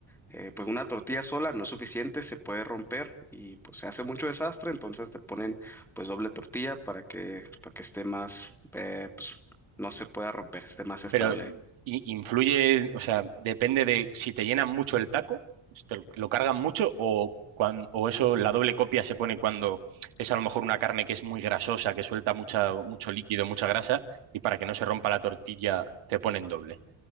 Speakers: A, in the centre; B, on the right (about 80°).
A: eh, pues una tortilla sola no es suficiente, se puede romper y pues se hace mucho desastre, entonces te ponen pues doble tortilla para que, para que esté más, eh, pues no se pueda romper, esté más estable.
B: Pero i- influye, o sea, depende de si te llenan mucho el taco, si te lo, lo cargan mucho o, cuan- o eso, la doble copia se pone cuando es a lo mejor una carne que es muy grasosa, que suelta mucha, mucho líquido, mucha grasa y para que no se rompa la tortilla te ponen doble.